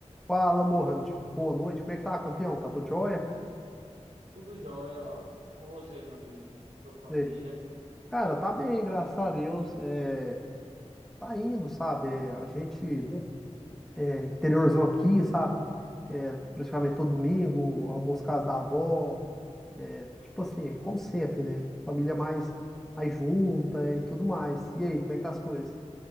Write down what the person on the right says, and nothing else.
Tudo jóia, Laura. E com você, meu amigo? Sua família?